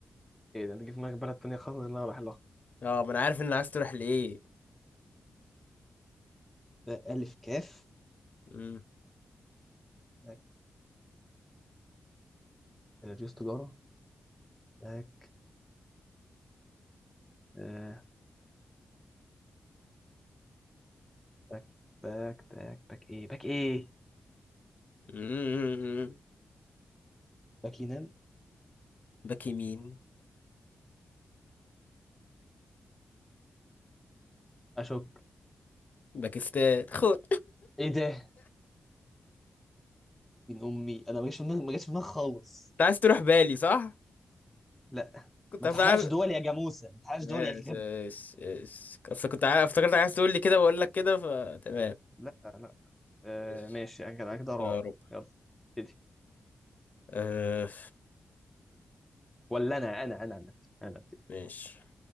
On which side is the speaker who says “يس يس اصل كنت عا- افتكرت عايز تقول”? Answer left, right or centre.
Left